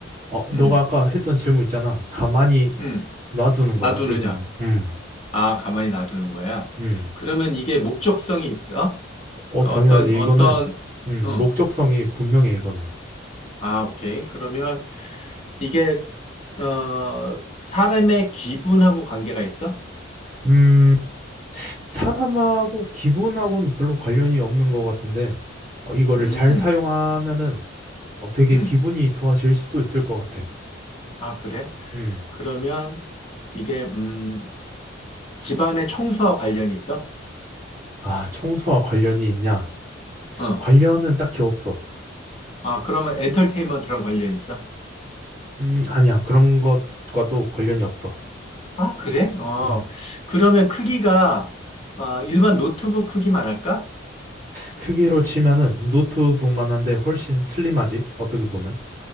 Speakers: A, on the right (about 35°); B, on the left (about 30°).
A: 어, 너가
B: 응,
A: 아까 했던 질문 있잖아. 가만히
B: 응.
A: 놔두는
B: 놔두느냐?
A: 거야, 어떻게 보면. 음,
B: 아, 가만히 놔두는 거야.
A: 음.
B: 그러면 이게 목적성이 있어?
A: 어,
B: 그러니까
A: 당연하지.
B: 어떤, 어떤,
A: 이거는, 음,
B: 어,
A: 목적성이 분명해, 이거는.
B: 아, 오케이. 그러면 이게 스- 스- 어, 사람의 기분하고 관계가 있어?
A: 음, 사람하고 기분하고는 별로 관련이 없는 것 같은데, 어, 이거를
B: 음,
A: 잘 사용하면은, 어, 되게
B: 음.
A: 기분이 좋아질 수도 있을 것 같아.
B: 아, 그래?
A: 음.
B: 그러면 이게 음, 집안의 청소와 관련이 있어?
A: 아, 청소와 관련이 있냐?
B: 어.
A: 관련은 딱히 없어.
B: 아, 그러면 엔터테인먼트랑 관련이 있어?
A: 음, 아니야. 그런 것과도 관련이 없어.
B: 아, 그래? 어.
A: 음,
B: 그러면 크기가 어, 일반 노트북 크기만 할까?
A: 크기로 치면은 노트북만 한데 훨씬 슬림하지? 어떻게 보면.